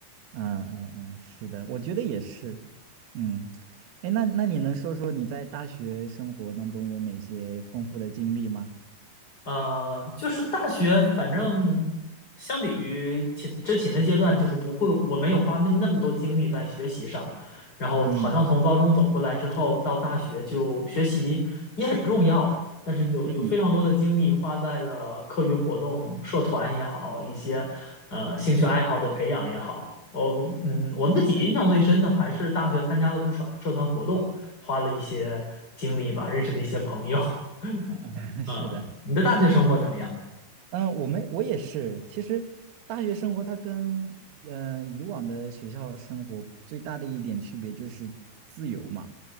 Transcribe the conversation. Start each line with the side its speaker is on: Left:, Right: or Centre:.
Right: 嗯嗯嗯，是的，我觉得也是。嗯，哎，那那你能说说你在大学生活当中有哪些丰富的经历吗？
Left: 呃，就是大学，反正相比于前之前的阶段，就是不会，我没有花那那么多精力在学习上。然后好像从高中走过来之后，
Right: 嗯
Left: 到大学就学习也很重要，但是有有非常多的精力花在了课余活动、
Right: 嗯
Left: 社团也好，一些呃兴趣爱好的培养也好。我嗯，我自己印象最深的还是大学参加了不少的社团活动，花了一些精力吧，认识了一些朋友。<laughs>
Right: 嗯，嗯
Left: 嗯，
Right: <laughs> 是的，
Left: 你的大学生活怎么样？
Right: 嗯，我们我也是。其实大学生活它跟嗯、呃以往的学校生活最大的一点区别就是自由嘛。